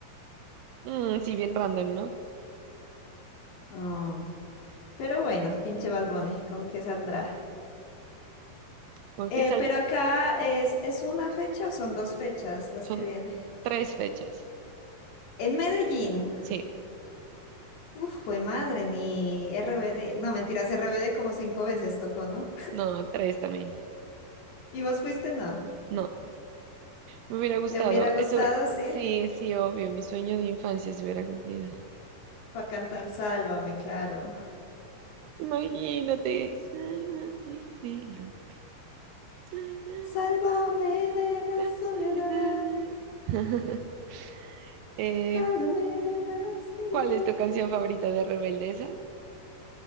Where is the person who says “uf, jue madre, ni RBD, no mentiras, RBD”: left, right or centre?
Left